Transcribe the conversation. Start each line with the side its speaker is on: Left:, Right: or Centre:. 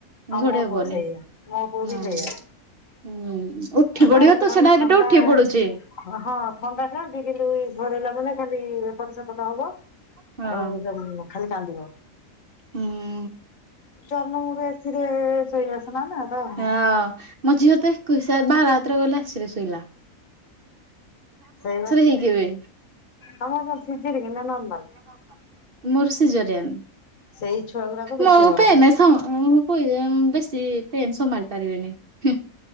Left: ଆଉ
Right: ଘୋଡେଇ
Left: ମୋ
Right: ହବନି
Left: ପୁଅ ସେଇଆ
Right: ହୁଁ।
Left: ମୋ ପୁଅ ବି ସେଇଆ
Right: ହୁଁ ଉଠି ପଡିବ
Left: ବହୁତ
Right: ତ
Left: ମାନେ
Right: ସେ ଡାଇରେକଟ୍
Left: ଥଣ୍ଡା
Right: ଉଠି ପଡୁଚି।
Left: ହଁ ହ ଥଣ୍ଡା ଥାଉଚି କିନ୍ତୁ ଘୋରଇଲା ମାନେ ଖାଲି ଏପଟ ସେପଟ ହବ
Right: ହଁ
Left: ଆଉ ଜମ୍ ଖାଲି କାନ୍ଦିବ।
Right: ହୁଁ।
Left: ଜନମରୁ ଏ ସିରେ ଶୋଇଆସନା ତ
Right: ହଁ ମୋ ଝିଅ ତ ଏକୋଇଶ ବାର୍ ରାତିରେ ଗଲା ଏ ସିରେ ଶୁଇଲା।
Left: ସେଇ ବା।
Right: ହେଇକି ଏବେ
Left: ତମର କଣ ଶିଜିରିଙ୍ଗ ନା ନର୍ ମାଲ୍?
Right: ନର୍ମାଲ ଥିଲା। ମୋର୍ ସିଜରିଆନ୍।
Left: ସେଇ ଛୁଆ ଗୁଡାକ ବେଶୀ
Right: ମୁଁ
Left: ଗରମ
Right: ପେନେ ସ <unintelligible> ବେଶୀ ପେନ୍ ସମ୍ଭଳିି ପାରିବିନି। ହଁ